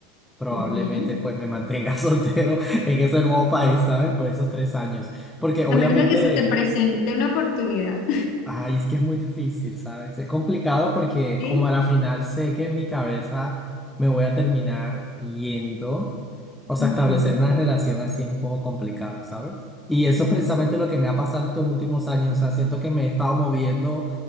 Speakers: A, in the centre; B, on the left (about 45°).
A: probablemente
B: Ujú.
A: pues me mantenga <laughs> soltero en ese nuevo país, ¿sabes? Por esos tres años. Porque obviamente
B: A menos de que se te presente una oportunidad.
A: Ay, es que es muy difícil, ¿sabes? Es complicado porque
B: <laughs> ¿Sí?
A: como a la final sé que en mi cabeza me voy a terminar yendo, o sea,
B: Ujú.
A: establecer una relación así es un poco complicado, ¿sabes? Y eso
B: Ya.
A: es precisamente lo que me ha pasado estos últimos años, o sea, siento que me he estado moviendo